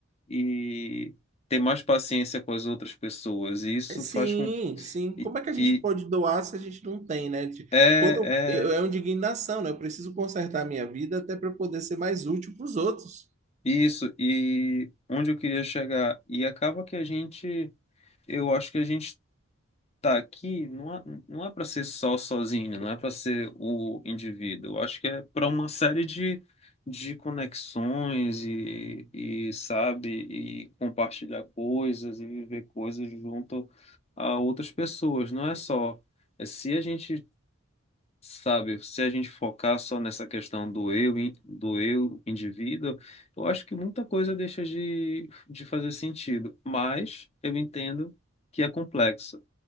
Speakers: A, on the left; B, on the right.
A: e ter mais paciência com as outras pessoas. E isso
B: Sim,
A: faz com.
B: sim.
A: E,
B: Como é que a gente
A: e
B: pode doar se a gente não tem, né? De-
A: é,
B: Quando eu,
A: é
B: é uma indignação, né? Eu preciso consertar a minha vida até para poder ser mais útil para os outros.
A: isso. E onde eu queria chegar. E acaba que a gente. Eu acho que a gente tá aqui não é, não é para ser só sozinho, não é para ser o indivíduo. Eu acho que é para uma série de. de conexões e, e sabe e compartilhar coisas e viver coisas junto a outras pessoas não é só é, Se a gente Sabe, se a gente focar só nessa questão do eu, in- do eu indivíduo, eu acho que muita coisa deixa de, de fazer sentido, mas eu entendo que é complexo.